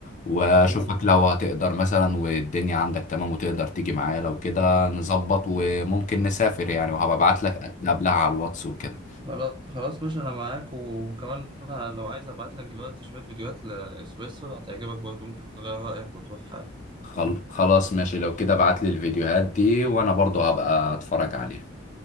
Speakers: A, on the left; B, on the right.
A: واشوفك
B: امم
A: لو هتقدر مثلا والدنيا عندك تمام وتقدر تيجي معايا لو كده نظبط وممكن نسافر يعني وهبقى ابعت لك قبلها على الواتس وكده
B: خلاص خلاص باشا انا معاك وكمان أنا لو عايز ابعت لك دلوقتي شوية فيديوهات لسويسرا هتعجبك برضه ممكن تغير رأيك وتروح
A: خل- خلاص ماشي لو كده ابعت لي الفيديوهات دي وانا برضو هبقى اتفرج عليها